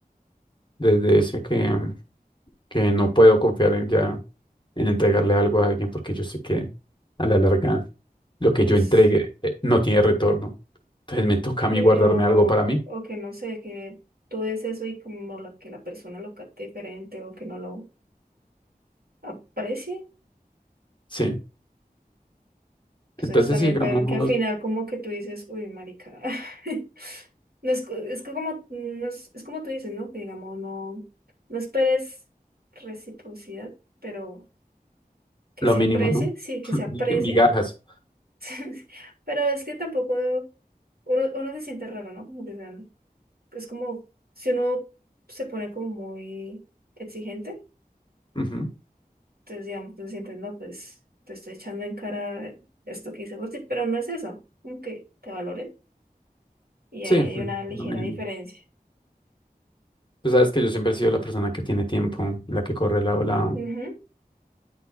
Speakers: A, on the left; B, on the right.
A: desde ese que, que no puedo confiar en ya en entregarle algo a alguien porque yo sé que a la larga lo
B: Es,
A: que yo entregue eh, no tiene retorno. Entonces me toca a mí
B: eh,
A: guardarme
B: o,
A: algo para mí.
B: o que no sé, que tú des eso y como la, que la persona lo capte diferente o que no lo aprecie
A: Sí.
B: Entonces
A: Entonces,
B: también
A: sí, digamos,
B: puede que al final como que tú dices, uy, marica. <laughs> No es, co- es que como no es, es como tú dices, ¿no? Que digamos, no, no esperes reciprocidad, pero que
A: lo
B: se
A: mínimo,
B: aprecie,
A: ¿no?
B: sí, que se aprecie.
A: mi- Migajas.
B: <laughs> Pero es que tampoco uno, uno se siente raro, ¿no? Como que sean- es como si uno se pone como muy exigente,
A: Ujú.
B: entonces digamos, tú sientes, no, pues te estoy echando en cara esto que hice por ti, pero no es eso, como que te valoren. y ahí
A: Sí,
B: hay
A: mm,
B: una ligera
A: no me nego.
B: diferencia.
A: Tú sabes que yo siempre he sido la persona que tiene tiempo, la que corre lado a lado.
B: Ujú,